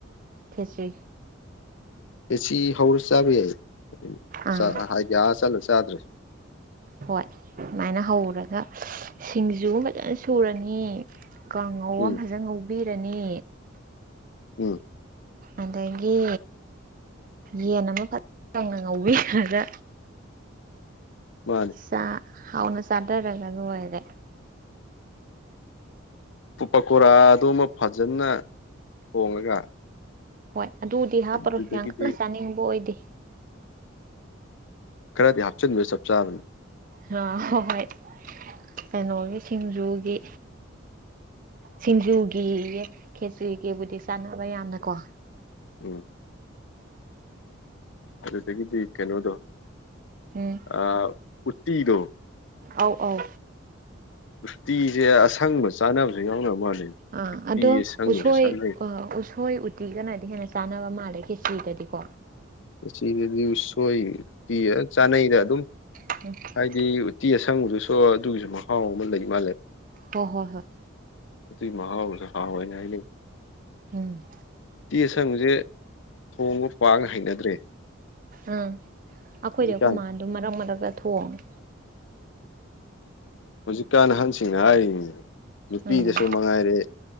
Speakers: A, on the right; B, on the left.
A: ꯈꯦꯆ꯭ꯔꯤ
B: ꯑꯦꯁꯤ ꯍꯧꯔ ꯆꯥꯕ ꯌꯥꯏ
A: ꯑꯥ
B: ꯆꯥ ꯍꯥꯏꯗꯤ ꯑꯥ ꯆꯠꯂ ꯆꯥꯗ꯭ꯔꯁ
A: ꯍꯣꯏ ꯑꯗꯨꯃꯥꯏꯅ ꯍꯧꯔꯒ ꯁꯤꯡꯖꯨ ꯐꯖꯅ ꯁꯨꯔꯅꯤ ꯀꯥꯡꯉꯧ
B: ꯎꯝ
A: ꯑꯃ ꯐꯖꯅ ꯉꯧꯕꯤꯔꯅꯤ
B: ꯎꯝ
A: ꯑꯗꯒꯤ ꯌꯦꯟ ꯑꯃꯐꯠ ꯀꯪꯅ ꯉꯧꯕꯤꯔꯒ
B: ꯃꯥꯅꯤ
A: ꯆꯥ ꯍꯥꯎꯅ ꯆꯥꯗꯔꯒ ꯂꯣꯏꯔꯦ
B: ꯄꯀꯣꯔꯥꯗꯣꯃ ꯐꯖꯅ ꯊꯣꯡꯉꯒ
A: ꯍꯣꯏ ꯑꯗꯨꯗꯤ ꯍꯥꯞꯄꯔꯣꯏ
B: ꯑꯗꯨꯗꯒꯤꯗꯤ
A: ꯌꯥꯝ ꯀꯟꯅ ꯆꯥꯅꯤꯡꯕ ꯑꯣꯏꯗꯦ
B: ꯈꯔꯗꯤ ꯍꯥꯞꯆꯤꯟꯕ ꯆꯞ ꯆꯥꯕꯅꯤ
A: ꯉꯥ ꯍꯣ ꯍꯣꯏ ꯀꯩꯅꯣꯒꯤ ꯁꯤꯡꯖꯨꯒꯤ ꯁꯤꯡꯖꯨꯒꯤꯌꯦ ꯈꯦꯆꯨꯒꯤꯕꯨꯗꯤ ꯆꯥꯟꯅꯕ ꯌꯥꯝꯅ ꯀꯣ
B: ꯎꯝ ꯑꯗꯨꯗꯒꯤꯗꯤ ꯀꯩꯅꯣꯗꯣ
A: ꯎꯝ
B: ꯑ ꯎꯠꯇꯤꯗꯣ
A: ꯑꯥꯎ ꯑꯥꯎ
B: ꯎꯇꯤꯁꯦ ꯑꯁꯪꯕ ꯆꯥꯟꯅꯕꯁꯨ ꯌꯥꯎꯅ ꯃꯥꯜꯂꯦ
A: ꯑ
B: ꯎꯇꯤ
A: ꯑꯗꯣ
B: ꯑꯁꯪꯕꯁꯨ
A: ꯎꯁꯣꯏ
B: ꯆꯥꯅꯩ
A: ꯑ ꯎ ꯎꯁꯣꯏ ꯎꯇꯤ ꯒꯅꯗꯤ ꯍꯦꯟꯅ ꯆꯥꯅꯕ ꯃꯥꯜꯂꯦ ꯈꯦꯆꯔꯤꯒꯗꯤꯀꯣ꯫
B: ꯁꯤꯗꯗꯤ ꯎꯁꯣꯏ ꯄꯤꯌꯦ ꯆꯥꯅꯩꯗ ꯑꯗꯨꯝ꯫
A: <inaudible>
B: ꯍꯥꯏꯗꯤ ꯎꯠꯇꯤ ꯑꯁꯪꯕꯗꯨꯁꯨ ꯑꯗꯨꯒꯤꯁꯨ ꯃꯍꯥꯎ ꯑꯃ ꯂꯩ ꯃꯥꯜꯂꯦꯕ꯫
A: ꯍꯣ ꯍꯣ ꯍꯣꯏ꯫
B: ꯑꯗꯨꯏ ꯃꯍꯥꯎꯒꯗꯨ ꯍꯥꯎꯋꯦꯅ ꯍꯥꯏꯅꯩ꯫
A: ꯎꯝ꯫
B: ꯇꯤ ꯑꯁꯪꯕꯁꯦ ꯊꯣꯡꯕ ꯄꯥꯛꯅ ꯍꯩꯅꯗ꯭ꯔꯦ꯫
A: ꯑꯥ ꯑꯩꯈꯣꯏꯗꯤ
B: ꯍꯧꯖꯤꯛꯀꯥꯟ
A: ꯑꯩꯈꯣꯏ ꯃꯥꯗꯣ ꯃꯔꯛ ꯃꯔꯛꯛꯇ ꯊꯣꯡꯉꯦ꯫
B: ꯍꯧꯖꯤꯛꯀꯥꯟ ꯑꯍꯟꯁꯤꯡꯅ ꯍꯥꯏꯔꯤ ꯅꯨꯄꯤꯗꯁꯨ
A: ꯎꯝ
B: ꯃꯉꯥꯏꯔꯦ꯫